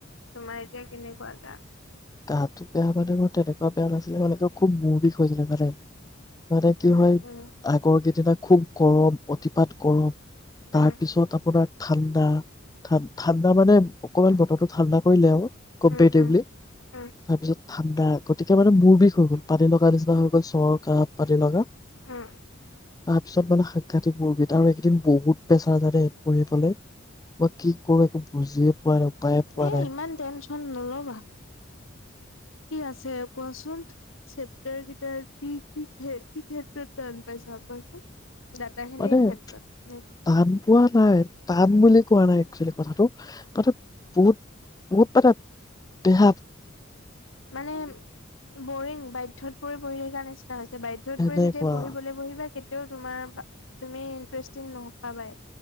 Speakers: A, on the left; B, on the left.
A: তোমাৰ এতিয়া কেনেকুৱা যায়?
B: কাঁহটো বেয়া মানে তেনেকুৱা বেয়া নাছিলে ভালাগে খুব মূৰ বিষ হৈছিলে মানে মানে কি
A: উম,
B: হয়
A: উম,
B: আগৰকেইদিনা খুব গৰম অতিপাত গৰম তাৰ
A: উম,
B: পিছত আপোনাৰ ঠাণ্ডা ঠান ৰ মানেকমান বতৰটো ঠাণ্ডা কইলেও ক'মপেৰেটেভলি
A: উম, উম, উম,
B: তাৰপিছত ঠাণ্ডা গতিকে, মানে মোৰ বিষ হৈ গ'ল পানী লগা নিচিনা হৈ গ'ল চৰ কাহ পানী লগা।
A: অ'
B: তাৰ পিছত মানে সাক্ষাৎ এই মোৰ কিতা আৰু এইকেইদিন বহুত প্ৰেছাৰ জানে পঢ়িবলৈ, মই কি কৰো একো বুজিয়ে পোৱা, নাই উপায়ে পোৱা
A: এ
B: নাই।
A: ইমান টেনচন নল'বা। কি আছে কোৱাচোন? চেপ্তাৰ কেইটাৰ কি, কি ক্ষেত্ৰত তান পাইছা কোৱাচোন। ডাটাখিনিৰ
B: মানে
A: ক্ষেত্ৰত নে কি?
B: টান পোৱা নাই, টান বুলি কোৱা নাই একচেল কথাটো মানে বহুত বহুত পৰা বিহ
A: মানে বৰিং, বাধ্যয়ত পৰি পঢ়ি থকা নিচিনা হৈছে, বাধ্যয়ত
B: সেনেকুৱা
A: পৰি যেতিয়া পঢ়িবলে বহিবা কেতিয়াও তোমাৰ, তুমি ইন্টাৰেষ্টিং নপাবাই।